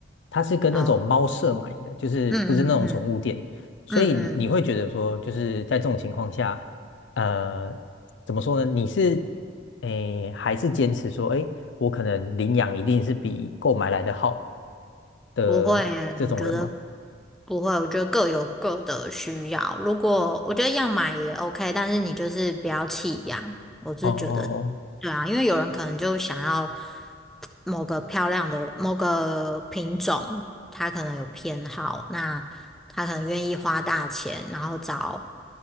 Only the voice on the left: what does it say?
他是跟那种猫舍买的，
就是不是那种宠物店。
所以你你会觉得说，
就是在这种情况下，呃，怎么说呢？你是诶，还是坚持说，哎，我可能领养一定是比购买来的好的这种人吗？
哦